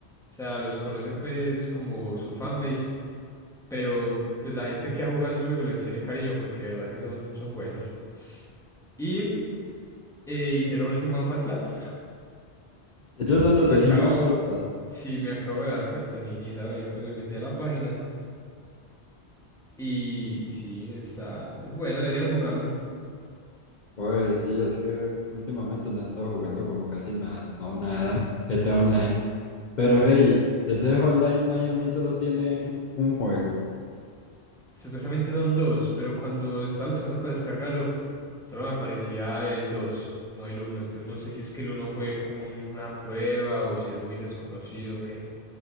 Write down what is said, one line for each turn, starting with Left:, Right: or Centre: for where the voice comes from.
Centre: sea, los conoce pues como su fanbase, pero pues la gente que ha jugado esos juegos les tiene cariño porque de verdad que son, son buenos. Y eh, hicieron Human Fall Flat.
Left: Ellos son los
Centre: Me
Left: de
Centre: acabo,
Left: Human Fall Flat.
Centre: sí, me acabo de dar cuenta, ni, ni sabía, pues me metí a la página y, y sí, está, es bueno, deberías jugarlo.
Left: Pues sí, es que últimamente no he estado jugando como casi nada, no nada, GTA Online. Pero hey, ese Hotline Miami solo tiene un juego.
Centre: Supuestamente son dos, pero cuando estaba buscando para descargarlo, solo me aparecía el 2 no el uno Entonces no sé si es que el uno fue como una prueba o si es muy desconocido o qué.